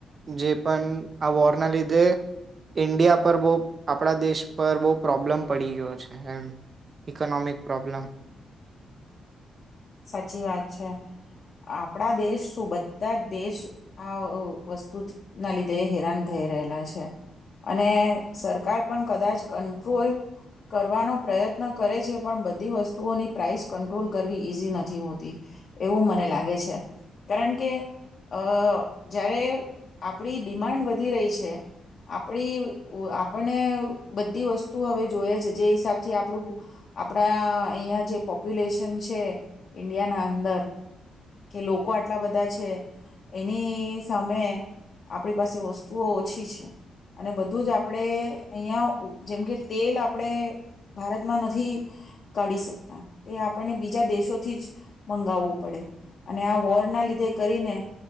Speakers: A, on the right; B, on the left.
A: જે પણ આ વોરના લીધે ઇન્ડિયા પર બો આપણા દેશ પર બો પ્રોબ્લમ પડી ગયો છે એમ. Economic problem.
B: સાચી વાત છે આપણા દેશ શું બધા જ દેશ આ વસ્તુ ના લીધે હેરાન થઈ રહેલા છે. અને સરકાર પણ કદાચ કંટ્રોલ કરવાનો પ્રયત્ન કરે છે પણ બધી વસ તુઓની પ્રાઇસ કંટ્રોલ કરવી ઈઝી નથી હોતી એવું મને લાગે છે. કારણ કે અ જ્યારે આપણી ડિમાન્ડ વધી રહી છે આપણી આપણને બધી વસ્તુ હવે જોએ છે જે હિસાબથી આપણું આપણા અયા જે પોપ્યુલેશન છે ઈન્ડિયાના અંદર કે લોકો આટલા બધા છે એની સામે આપણી પાસે વસ્તુઓ ઓછી છે. અને બધું જ આપણે અહીંયા જેમકે તેલ આપણે ભારતમાં નથી કાઢી શકતા તે આપણને બીજા દેશોથી જ મંગાવવું પડે અને આ વોરના લીધે કરીને